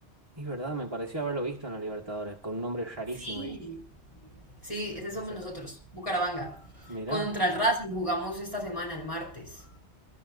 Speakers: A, on the right (about 25°); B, on the left (about 30°).
A: Es verdad, me pareció haberlo visto en la Libertadores, con un nombre rarísimo.
B: Sí,
A: Y dije,
B: sí, ese
A: "No puede
B: somos
A: ser".
B: nosotros, Bucaramanga.
A: Mirá,
B: Contra el Racing jugamos esta semana, el martes.